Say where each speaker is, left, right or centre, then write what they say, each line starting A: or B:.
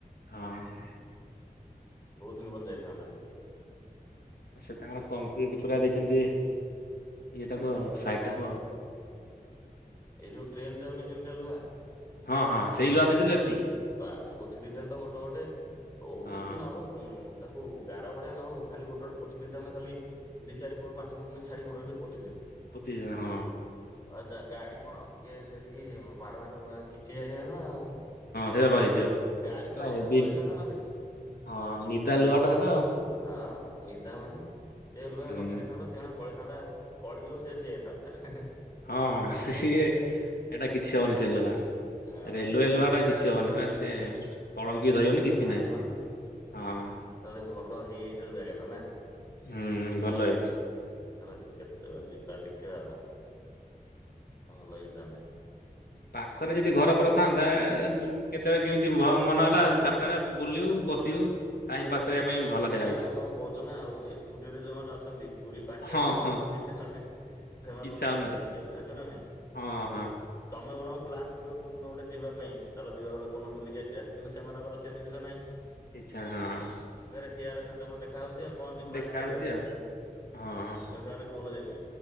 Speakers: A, on the left; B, on the left.
A: ହଁ
B: <inaudible> ବହୁତ ଦିନ ପରେ ଯାଇଥାନ୍ତା
A: ସେ ତାଙ୍କର କଂକ୍ରିଟ ପୁରା ଦେଇଛନ୍ତି ଇଏଟାକୁ ଆଉ ସାଇଟ ଟାକୁ ଆଉ।
B: ଏଇ ଯୋଉ ଟ୍ରେନ ଯାଉନି ଯେମିତିଆ ଲୁହା
A: ହଁ ହଁ ସେଇ ଲୁହା ଦେଇଥିଲେ
B: ବାସ ପୋତି ଦେଇଥାନ୍ତା ଗୋଟେ ଗୋଟେ
A: ହବ
B: କିଛି
A: ହଁ
B: ନହଉ ତାକୁ ଗାର ଭଳିଆ ନ ହଉ ଖାଲି ଗୋଟେ ଗୋଟେ ପୋତି ଦେଇଥାନ୍ତ ଖାଲି ଦି ଚାରି ଫୁଟ ପାଞ୍ଚ ଫୁଟ ଲେଖା ଛାଡିକି
A: ପୋତିଦେଇ ହଁ
B: ଆା ଗାଡି କଣ ଇଏ ସେଠିକି ମାଡ କିଛି ଯାଇନଥାନ୍ତା ଆଉ
A: ସେ ରହିଜିଵ ଏଇଟା
B: ଗାଡି ତ କମ
A: ହେବି
B: ସେ କମ ରହିଥାନ୍ତା ନା ନାଇଁ
A: ହଁ ନିଦା ଲୁହାଟା ସେଟା ଆଉ।
B: ଆଉ ନିଦା ମାନେ ସେ ଲୁହା
A: ହୁଁ
B: ଲଗେଇ ଦେଇଥାନ୍ ସେ ପଳେଇ ଥାନ୍ତା କଳିଯୁଗ ସେ ସେଇୟା ହେଇଥାନ୍ତା।
A: ହଁ ସିଏ- ଏଇଟା କିଛି ହବନି ସେ
B: ହଁ
A: ରେଲୁଲୁ ଟା କିଛି କିଛି ଅନେଇବା ସେ କଳଙ୍କି
B: ସେଟା
A: ଧରିବନି
B: ବହୁତ
A: କିଛି
B: ହାର୍ଡ
A: ନାହିଁ
B: ଲୁହା
A: ସେସବୁ
B: ନା
A: ହଁ।
B: ତାହେଲେ ଭଲ ହେଇଯାଇଥିଲା ଜାଗା ଟା ନା?
A: ହଁ ଭଲ ଅଛି।
B: ତାହେଲେ ତୁ କେତେବେଳେ ଯିବା ଦେଖିବା ଆଉ? ହଲ ତାହାନଲେ <unintelligible>
A: ପାଖରେ ଯଦି ଘର ପର ଥାନ୍ତା କେତେବେଳେ କେମିତି ମନ ହେଲା ଚାରିଟା ବେଳେ ବୁଲିବୁ ବସିବୁ ଟାଇମ୍ ପାସ୍। କରିବା ପାଇଁ ଭଲ
B: ଆ
A: ଜାଗା
B: ନା
A: ହେଇଛି
B: ଆମେ ତମେ କହୁଛ ନା ଆଉ ଏ ନା ନା ନା? ପୁରୀରେଯୋଉମାନେ ଅଛନ୍ତି ପୁରୀ ପାଖରେ
A: ହଁ
B: ଯୋଉମାନେ
A: ହଁ
B: ଅଛନ୍ତି ସେମାନେ ସେମାନଙ୍କୁ
A: ଇଚ୍ଛା
B: ଟାଇମ
A: ହଉନଥିବ
B: ନାଇଁ ଦେଖିବାକୁ ଜାଣିଛ ନା ନାଇଁ?
A: ହଁ ହଁ।
B: ତମେ ବରଂ ପ୍ଲାନ୍ କରିବ କେଉଁଦିନ ଗୋଟେ ଯିବା ପାଇଁ? ଚାଲ ଯିବା ଗୋଟେ କଣ ବୁଲି ଆସିବା କିନ୍ତୁ ସେମାନଙ୍କର ସେ ଜିନିଷ ନାହିଁ।
A: ଆଛା ହଁ।
B: ଆ ାତ ଦେ <unintelligible> ଦେଖାହଉଛି ଆଉ କଣ ପ୍ଲାନ୍
A: ଦେଖା
B: କରିବା
A: ହଉଛି
B: ବିଷୟରେ
A: ଆଉ ହଁ
B: କିନ୍ତୁ <unintelligible>